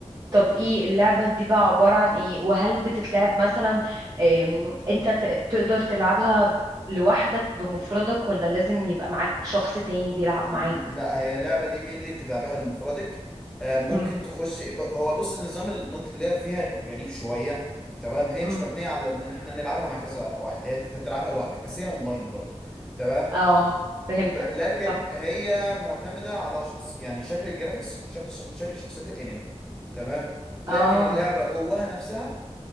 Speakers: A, on the right; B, in the centre.
A: طب ايه اللعبة دي بقى عبارة عن ايه وهل بتتلعب مثلا ام، انت ت- تقدر تلعبها ب- لوحدك بمفردك ولا لازم يبقى معاك شخص تاني بيلعب
B: م-
A: معاك
B: لا هي اللعبة دي مين اللي بتلعبها المفردك آه، ممكن
A: امم
B: تخش ب- هو بص النظام المالتي بلاير فيها غريب شوية تمام هي
A: امم
B: مش مبنية على ان احنا نلعبها مع كذا واحد هي انت بتلعبها لوحدك بس هي اونلاين برضه تمام
A: اه فهمتك
B: ف- لكن
A: صح
B: هي معتمدة على شخص يعني شكل الجرافيكس شكل شكل شخصيات الانمي تمام لكن
A: اه
B: اللعبة جواها نفسها